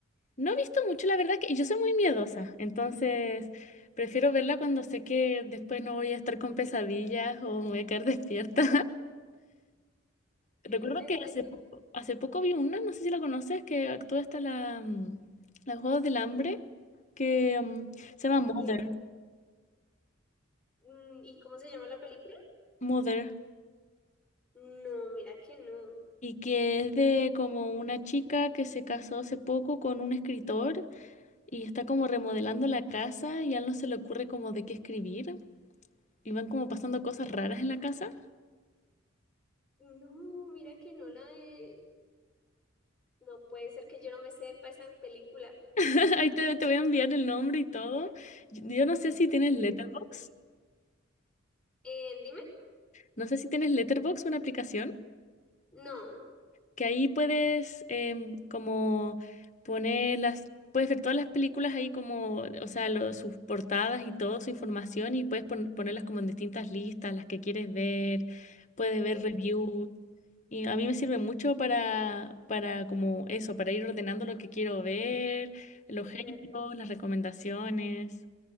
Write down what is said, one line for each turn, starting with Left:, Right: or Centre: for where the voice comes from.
Left: No he visto mucho, la verdad, que y yo soy muy miedosa, entonces prefiero verla cuando sé que después no voy a estar con pesadillas o me voy a quedar <laughs> despierta. Recuerdo
Centre: <laughs> Entiendo.
Left: que hace poco, hace poco vi una, no sé si la conoces, que actúa hasta la, mm, la Juegos del Hambre, que mm, se llama
Centre: Ok.
Left: Mother,
Centre: Mm, ¿y cómo se llama la película?
Left: Mother,
Centre: No, mira que no.
Left: y que es de como una chica que se casó hace poco con un escritor y está como remodelando la casa y a él no se le ocurre como de qué escribir. Y van como pasando cosas raras en la casa.
Centre: No, mira que no la de... No puede ser que yo no me sepa esa película.
Left: <laughs> Ahí te, te voy a enviar el nombre y todo. Yo yo no sé si tienes
Centre: Listo.
Left: Letterboxd.
Centre: Eh, dime.
Left: No sé si tienes Letterboxd, una aplicación.
Centre: No.
Left: que ahí puedes em, como poner las, puedes ver todas las películas ahí como, o sea, lo- sus portadas y todo, su información y puedes pon- ponerlas como en distintas listas, las que quieres ver, puedes ver
Centre: Ok.
Left: reviews. Y a mí me sirve mucho para, para como eso, para ir ordenando lo que quiero ver, los géneros,
Centre: ver,
Left: las recomendaciones.